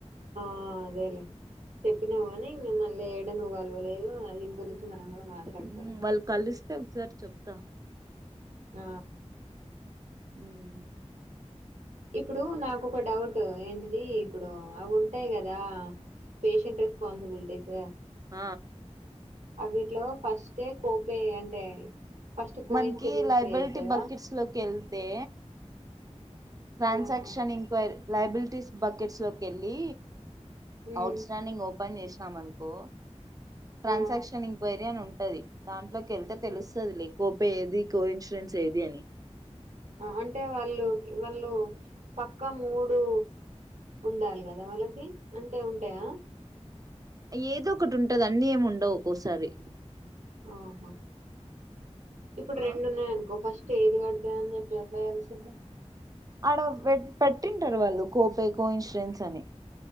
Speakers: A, on the right; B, on the right.
A: ఆ అదేలే చెప్పినావు కానీ ఇంకా మళ్లీ ఏడ నువ్వు కలువలేదు దీని గురించి మనం కూడా మాట్లాడుకోలేదు
B: ఉమ్మ్ వాళ్లు కలిస్తే ఒకసారి చెప్తా
A: ఆ
B: ఉమ్మ్
A: ఇప్పుడు నాకు ఒక డౌ ట్ ఏంటిది ఇప్పుడు అవి ఉంటాయి కదా పేషెంట్ రెస్పాన్సిబిలిటీస్
B: ఆ
A: అవిట్లో ఫస్టే కోపే అంటే ఫస్ట్ కో
B: మనకి
A: ఇన్సిడెన్స్
B: లైబ
A: పే
B: <unintelligible>
A: చేత్తదా
B: బకిట్స్ లోకి వెళ్తే ట్రాన్సాక్షన్
A: ఆహా
B: ఇంక్వైరీ లయబిలిటీస్ బకిట్స్ లోకి ఎళ్లి
A: ఉమ్
B: అవుట్ స్టాండింగ్ ఓపెన్ చేసినాం అనుకో ట్రాన్సాక్షన్
A: ఆ
B: ఇంక్వైరీ అని <unintelligible> దాంట్లోకి వెళ్తే తెలుస్తది లే కోపే ఏది కో ఇన్సూరెన్స్ ఏది అని
A: అంటే వాళ్లు వాళ్లు పక్కా మూడు ఉండాలి కదా వాళ్లకి అంటే ఉంటాయ
B: ఏదో ఒకటి ఉంటది అన్నీ ఏమి ఉండవు ఒక్కోసారి
A: అహా ఇప్పుడు
B: ఆ
A: రెండు ఉన్నాయనుకో ఫ <unintelligible> అని చెప్పి ఎట్లా తెలిసిద్ధి
B: ఆడ పె పెట్టింటారు వాళ్లు కోపే కో ఇన్సూరెన్స్ అని